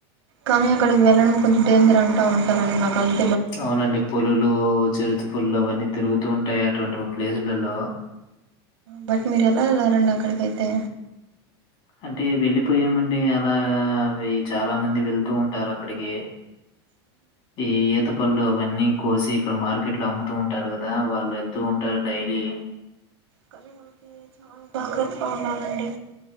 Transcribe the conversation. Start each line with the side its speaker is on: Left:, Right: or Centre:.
Right: కానీ అక్కడికి వెళ్ళడం కొంచెం డేంజర్ అంటా ఉంటారండి నాకన్
Left: అవునండి పులులు చెరుత పులులు అవన్నీ తిరుగుతూ ఉంటాయి అటువంటి ప్లేసులలో
Right: బట్ మిర్ ఎలా ఎల్లారండీ అక్కడికైతే
Left: అంటే వెళ్ళిపోయామండి అలావి చాలా మంది వెళ్తూ ఉంటారు అక్కడికి ఏ ఏత పళ్లు ఇవన్నీ కోసి ఇక్కడ మార్కెట్ లో అమ్ముతూ ఉంటారు కదా వాళ్ళు వెళ్తూ ఉంటారు డైలీ
Right: కానీ వాళకి చాలా జాగ్రత్తగా ఉండాలండి